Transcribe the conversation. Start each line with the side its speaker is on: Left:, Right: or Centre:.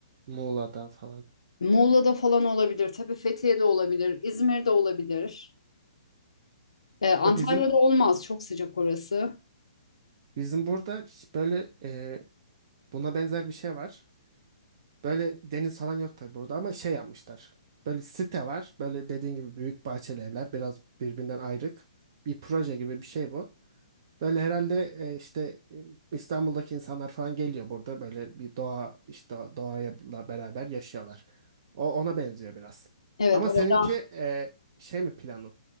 Right: Muğla'da falan.
Left: Muğla'da falan olabilir. Tabii Fethiye'de olabilir. İzmir'de olabilir. Ee, Antalya'da
Right: Ya bizim
Left: olmaz. Çok sıcak orası.
Right: bizim burada ş- böyle e, buna benzer bir şey var. Böyle deniz falan yok tabii burada ama şey yapmışlar. Böyle site var. Böyle dediğin gibi büyük bahçeli evler biraz birbirinden ayrık. Bir proje gibi bir şey bu. Böyle herhalde e, işte e, İstanbul'daki insanlar falan geliyor burada böyle bir doğa işte doğayla beraber yaşıyorlar. O ona benziyor biraz.
Left: Evet,
Right: Ama
Left: oradan
Right: seninki e, şey mi planın?